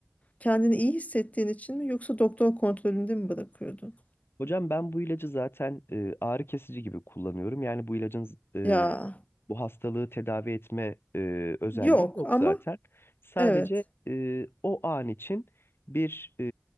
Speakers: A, on the left; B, on the left.
A: Kendini iyi hissettiğin için mi yoksa doktor kontrolünde mi bırakıyordun?
B: Hocam ben bu ilacı zaten e, ağrı kesici gibi kullanıyorum. Yani bu ilacın e,
A: Ya
B: bu hastalığı tedavi etme e, özelliği
A: yok
B: yok
A: ama
B: zaten. Sadece
A: evet
B: e, o an için bir e,